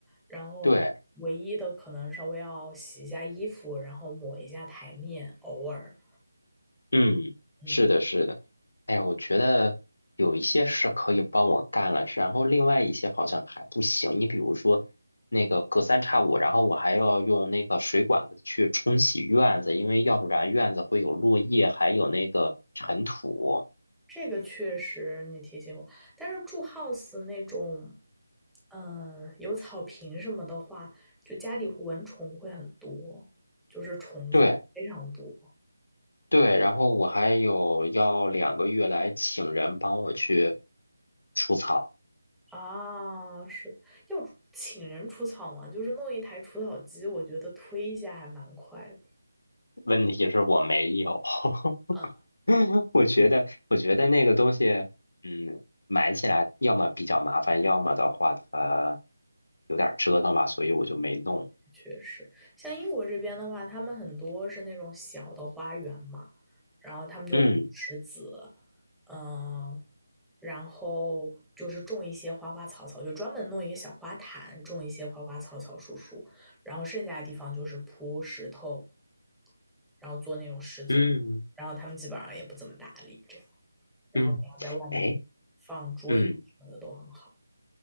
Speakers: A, in the centre; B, on the left (about 65°).
A: 然后唯一的可能稍微要洗一下衣服，
B: 对。
A: 然后抹一下台面，偶尔，
B: 嗯，
A: 嗯，
B: 是的，是的。哎呀，我觉得有一些是可以帮我干了，然后另外一些好像还不行。你比如说那个隔三差五，然后我还要用那个水管子去冲洗院子，因为要不然院子会有落叶，还有那个尘土。
A: 这个确实你提醒我，但是住 house 那种，嗯，有草坪什么的话，就家里蚊虫会很多，就是虫子非常多。
B: 对对，然后我还有要两个月来请人帮我去除草，
A: 啊，是的，要请人除草吗？就是弄一台除草机，我觉得推一下还蛮快的。
B: 问题是我没有。<laughs>
A: 啊，
B: <laughs> 我觉得，我觉得那个东西，嗯，买起来要么比较麻烦，要么的话它有点儿折腾吧，所以我就没弄。
A: <laughs> 确实，像英国这边的话，他们很多是那种小的花园嘛，然后他们就不石子，
B: 嗯
A: 嗯，然后就是种一些花花草草，就专门弄一个小花坛，种一些花花草草、树树，然后剩下的地方就是铺石头，然后做那种石子路，
B: 嗯
A: 然后他们基本上也不怎么打理这样。然后你要在外面
B: 嗯，哎，
A: 放桌椅什么的都很好。
B: 嗯，